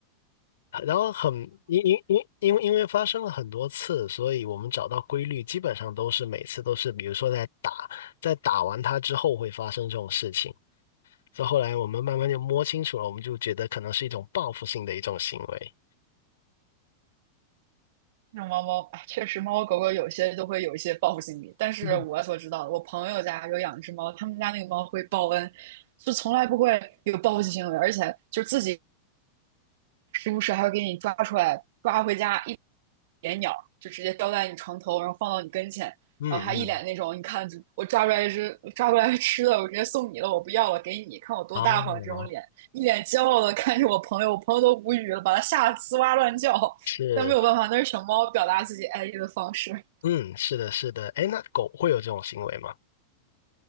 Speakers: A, on the left; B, on the right.
A: 然后很因因因因为因为发生了很多次，所以我们找到规律，基本上都是每次都是，比如说在打，在打完它之后会发生这种事情。所以后来我们慢慢就摸清楚了，我们就觉得可能是一种报复性的一种行为。
B: 那种猫猫，哎，确实猫猫狗狗有些都会有一些报复心理。但是我所知道的，
A: 嗯
B: 我朋友家有养只猫，他们家那个猫会报恩，就从来不会有报复性行为，而且就自己时不时还会给你抓出来，抓回家一连鸟，就直接叼在你床头，然后放到你跟前，
A: 嗯嗯，
B: 然后还一脸那种，你看我抓出来一只，抓过来吃的，我直接送你了，我不要了，给你，看我多大方这种脸，
A: 啊，
B: 一脸骄傲的看着我朋友，我朋友都无语了，把他吓得呲哇乱叫，
A: 是，
B: <laughs> 但没有办法，那是小猫表达自己爱意的方式。
A: 嗯，是的，是的。哎，那狗会有这种行为吗？